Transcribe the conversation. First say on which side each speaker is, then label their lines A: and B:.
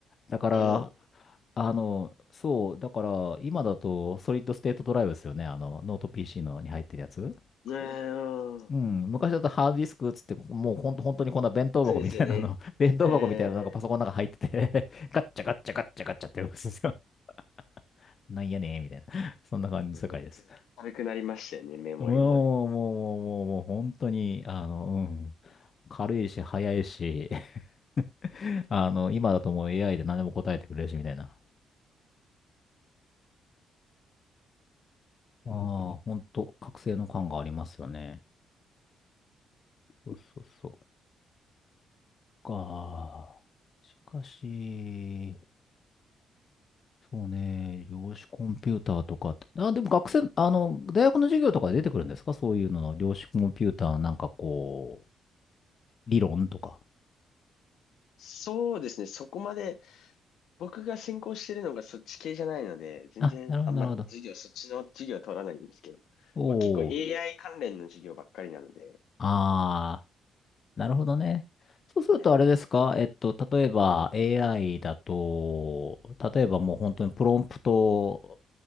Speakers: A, on the left (about 30°); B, on the left (about 65°).
A: う。<laughs> だから、
B: はい。
A: あの、そう、だから、今だと、ソリッドステートドライブですよね。あの、ノート PC のに入ってるやつ。
B: いやー、そ
A: うん。昔だとハードディスクっつって、もうほんと、本当にこんな弁当箱みたいなの、
B: うですよね。
A: <laughs> 弁当箱みたいなのがパソコンの中入ってて
B: ええ
A: <laughs> ガッチャガッチャガッチャガッチャってやるんですよ。<laughs> なんやねーみたいな。<laughs> そんな感じの世界です。
B: めっちゃ軽くなりましたよね、
A: <laughs>
B: メモリもね。
A: もう、もう、もう、もう、もう、本当に、あの、うん。軽いし、早いし、<laughs> あの、今だともう AI で何でも答えてくれるし、みたいな。ああ、ほんと、覚醒の感がありますよね。そうそうそう。か。しかし、そうね、量子コンピューターとかって。あ、でも学生、あの、大学の授業とかで出てくるんですかそういうのの、量子コンピューターなんかこう、理論とか。
B: そうですね、そこまで、僕が専攻してるのがそっち系じゃないので、全然あんま授業、
A: あ、なるほど、なるほど。
B: そっちの授業は取らないんですけど、
A: おー。
B: 僕結構 AI 関連の授業ばっかりなので、
A: ああ。なるほどね。そうするとあれですかえっと、
B: はい。
A: 例えば AI だと、例えばもう本当にプロンプトを、